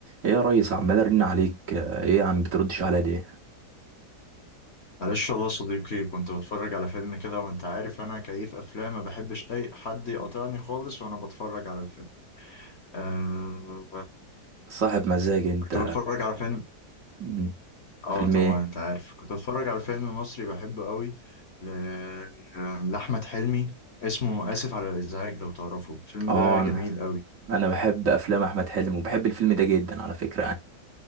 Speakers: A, on the right; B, on the left.
A: ايه يا ريس عمال ارن عليك آه، ايه يا عم بتردش عليا ليه
B: معلش والله يا صديقي كنت بتفرج على فيلم كده وانت عارف انا كيف افلام ما بحبش اي حد يقاطعني خالص وانا بتفرج على الفيلم آه
A: صاحب مزاج انت
B: كنت بتفرج على فيلم
A: مم.
B: اه
A: فيلم
B: طبعا
A: ايه
B: انت عارف كنت بتفرج على فيلم مصري بحبه قوي ل... آه، لاحمد حلمي اسمه اسف على الازعاج لو تعرفه الفيلم
A: اه
B: ده
A: انا
B: جميل قوي
A: أنا بحب افلام احمد حلمي وبحب الفيلم ده جدا على فكرة يعني